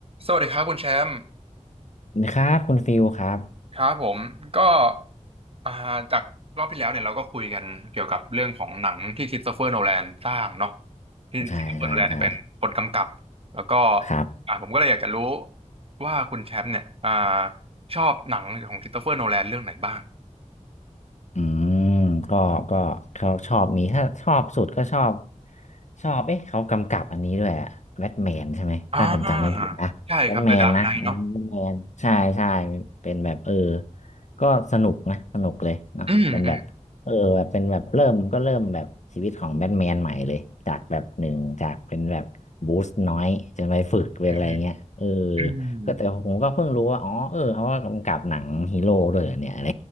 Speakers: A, on the right; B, on the left.
A: สวัสดีครับคุณแชมป์
B: นะครับคุณฟิลครับ
A: ครับผมก็อ่าจากรอบที่แล้วเนี่ยเราก็คุยกันเกี่ยวกับเรื่องของหนังที่คริสโตเฟอร์โนแลนสร้างเนาะที่คริสโตเฟอร์โนแลนเนี่ยเป็นคนกำกับแล้วก็
B: ใช่ใช่ใช่ครับ
A: อ่าผมก็เลยอยากจะรู้ว่าคุณแชมป์เนี่ยอ่าชอบหนังของคริสโตเฟอร์โนแลนเรื่องไหนบ้าง
B: อืมก็ก็เขาชอบมีถ้าชอบสุดก็ชอบชอบเอ๊ะเขากำกับอันนี้ด้วยอะแบทแมนใช่ไหมถ้าผมจำไม่ผิดนะแบทแมนนะอืมแบทแมนใช่ใช่
A: อ่าใช่ครับ The Dark Knight เนาะ
B: เป็นแบบเออก็สนุกนะสนุกเลยเนาะเป็นแบบเออแบบเป็นแบบเริ่มก็เริ่มแบบชีวิตของแบทแมนใหม่เลยจากแบบหนึ่งจากเป็นแบบบูสต์น้อยจะไปฝึกเป็นอะไรเงี้ยเออ
A: อืมอืมอืมอืม
B: ก็แต่ผมก็เพิ่งรู้ว่าอ๋อเออเขาก็กำกับหนังฮีโร่ด้วยเหรอเนี่ยอะไร